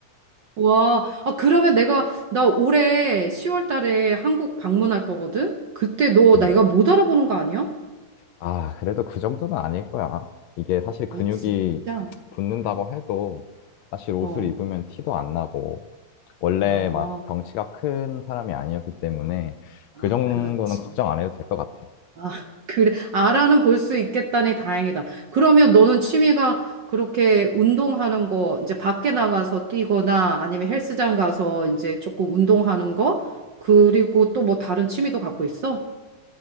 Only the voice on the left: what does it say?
음.
아, 그래도 그 정도는 아닐 거야. 이게 사실
근육이
붙는다고 해도 사실 옷을
입으면 티도 안 나고 원래
막 덩치가 큰 사람이 아니었기 때문에
그 정도는
걱정 안 해도 될 것 같아.